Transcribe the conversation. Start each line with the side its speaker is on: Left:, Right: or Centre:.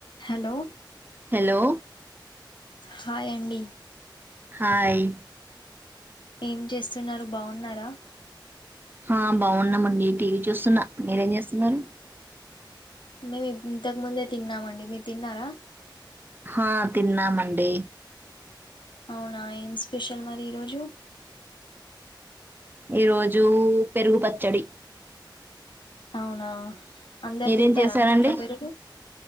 Left: హలో
Right: హలో
Left: హాయ్ అండి
Right: హాయ్
Left: ఏం చేస్తున్నరు, బావున్నారా?
Right: హా బావున్నామండి టీవీ చూస్తున్నా, మీరేం జేస్తున్నరు?
Left: మేము ఇప్ ఇంతకు ముందే తిన్నామండి, మీరు తిన్నారా?
Right: హ తిన్నామండి
Left: అవునా ఏంస్ స్పెషల్ మరి ఈరోజు?
Right: ఈ రోజు పెరుగు పచ్చడి.
Left: అవునా అందరు
Right: మీరేం
Left: తింటారా
Right: చేశారండి?
Left: మీ ఇంట్లో పెరుగు